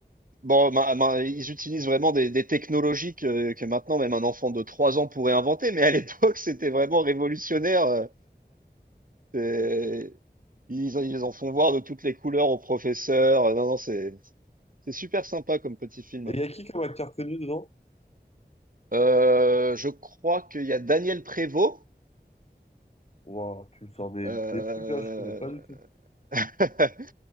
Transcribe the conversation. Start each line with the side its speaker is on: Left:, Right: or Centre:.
Right: Bon, ma- ma- ils utilisent vraiment des, des technologies que, que maintenant même un enfant de 3 ans pourrait inventer, mais à l'époque <laughs> c'était vraiment révolutionnaire. euh, c'est- Ils, en- ils en font voir de toutes les couleurs aux professeurs. euh, Non, non, c'est c'est super sympa comme petit film.
Left: Et il y a qui comme acteur connu dedans?
Right: Euh, je crois qu'il y a Daniel Prévost.
Left: Wow, tu me sors des,
Right: euh,
Left: des trucs là, je connais pas du tout.
Right: <laughs>